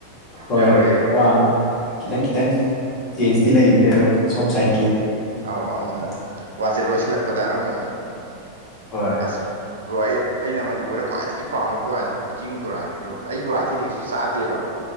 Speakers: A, on the left; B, on the right.
A: ꯍꯣꯏ
B: ꯌꯥꯎꯔꯛꯑꯦꯕꯥ
A: ꯋꯥ ꯈꯤꯇꯪ ꯈꯤꯇꯪ ꯆꯦꯟꯖꯇꯤ ꯂꯩꯕꯅꯦ ꯑꯗꯨꯝ ꯁꯣꯝ ꯁꯥꯏꯠꯀꯤ
B: ꯑꯧ ꯑꯃꯨꯛ ꯑꯃꯨꯛ
A: ꯑꯥ
B: ꯋꯥꯁꯦ ꯂꯣꯏꯁꯤꯜꯂꯛꯄꯗ ꯑꯃꯨꯛ ꯑꯃꯨꯛ
A: ꯍꯣꯏ
B: ꯑꯁ ꯕ꯭ꯔꯣ ꯑꯩ ꯑꯩꯅ ꯃꯅꯤꯄꯨꯔꯗ ꯈ꯭ꯋꯥꯏꯗꯒꯤ ꯄꯥꯝꯕ ꯕꯥꯁꯤ ꯀꯛꯆꯤꯡ ꯕꯣꯔꯥꯅꯦ ꯕ꯭ꯔꯣ ꯑꯩ ꯕꯣꯔꯥ ꯑꯇꯩꯗꯤ ꯀꯩꯁꯨ ꯆꯥꯗꯦꯕ